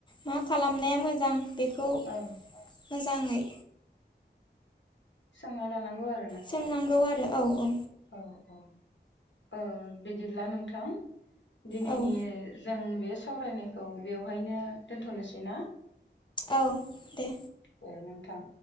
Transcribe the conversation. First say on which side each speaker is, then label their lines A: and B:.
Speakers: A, on the left (about 25°); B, on the left (about 85°).
A: मा खालामनाया मोजां बेखौ
B: औ
A: मोजाङै
B: सोंना लानांगौ आरो।
A: सोंनांगौ आरो। औ औ
B: औ-औ ओ बिदिब्ला नोंथां दिनैनि
A: औ
B: जों बे सावरायनायखौ बेवहायनो दोन्थ'नोसै ना।
A: औ दे।
B: दे नोंथां।